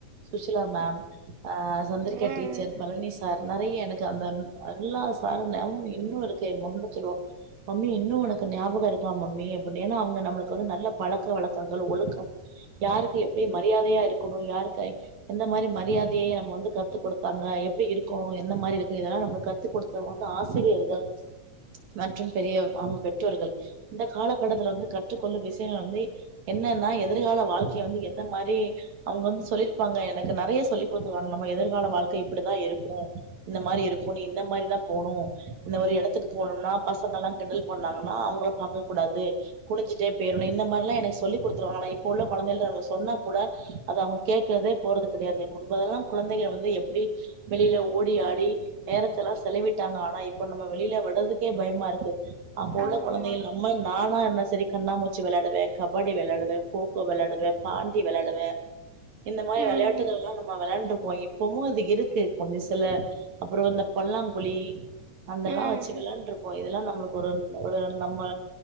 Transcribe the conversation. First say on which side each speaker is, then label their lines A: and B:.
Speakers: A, on the right; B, on the right.
A: சுசீலா மேம் ஹ சந்திரிக்கா
B: ம்
A: டீச்சர் பழனி சார் நெறைய எனக்கு அந்த எல்லா சாரும் மேமும் இன்னும் இருக்கு நல்லா சொல்லுவாங்க மம்மி இன்னும் உனக்கு ஞாபகம் இருக்கான் மம்மி அப்படினு அவங்க நம்மளுக்கு வந்து நல்ல பழக்க வழக்கங்கள் ஒழுக்கம் யாருக்கு எப்படி மரியாதையா இருக்கணும் யாருக்கு எந்த மாரி மரியாதையை நம்ம வந்து கத்து கொடுத்தாங்க எப்படி இருக்கோம் எந்த மாரி இருக்கும் இதெலாம் நம்ம கத்துக் கொடுத்தவங்க ஆசிரியர்கள் மற்றும் பெரிய நம பெற்றோர்கள் இந்த காலகட்டத்துல வந்து கற்றுக்கொள்ளும் விஷயங்கள் வந்து என்னன்னா எதிர்கால வாழ்க்கையை வந்து எந்த மாரி அவங்க வந்து சொல்லி ப்பாங்க எனக்கு நிறைய சொல்லி் கொடுத்துருக்காங்க நம்ம எதிர்கால வாழ்கை இப்படிதா இருக்கும் இந்த மாரி இருக்கும் நீ இந்த மாரிதா போணும் இந்த ஒரு இடத்துக்கு போகனும்னா பசங்க எல்லாம் கிண்டல் பண்ணாங்கன்னா அவங்கள பார்க்க கூடாது குனஞ்சிட்டே போயிரணும் இந்த மாரி எல்லாம் எனக்கு சொல்லி கொடுத்துருவாங்க இப்ப உள்ள குழந்தை சொன்னா கூட அத அவங்க கே இருக்கிறதே போறது கிடையாது முன்பதெல்லாம் குழந்தங்க வந்து எப்படி வெளியில ஓடி ஆடி நேரத்த எல்லாம் செலவிட்டாங்க ஆனா இப்ப நம்ம வெளியில விடுறதுக்கே பயமா இருக்கு அப்ப உள்ள
B: ஆமா
A: குழந்தைகள்
B: ஆமா
A: நம்ம நானா என்ன சரி கண்ணாமூச்சி விளையாடுவே கபாடி விளையாடுவே கோக்கோ விளையாடுவே பாண்டி விளையாடுவே இந்த மாதிரி
B: ம்
A: விளையாட்டுகலாம் நம்ம விளாண்டுபோம் பொமூ அது இருக்கு கொஞ்சம் சில அப்புறம் வந்து பல்லாங்குழி அந்தெல்லாம்
B: ம்
A: வச்சு விளாண்டு இருப்போம் இதெல்லாம் நம்மளுக்கு ஒரு நம்ம இதெல்லாம் நம்மளுக்கு ஒரு ஒரு நம்ம